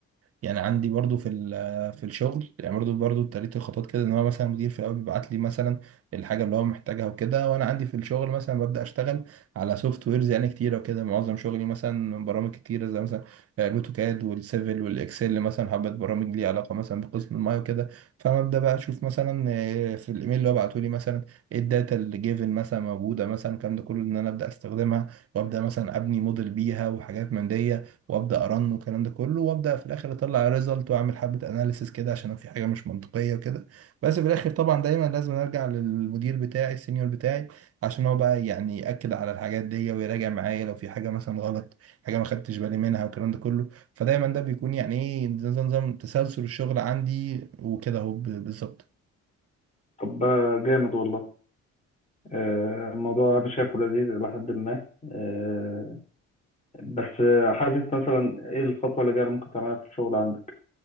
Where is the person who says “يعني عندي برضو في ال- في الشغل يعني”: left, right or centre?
Right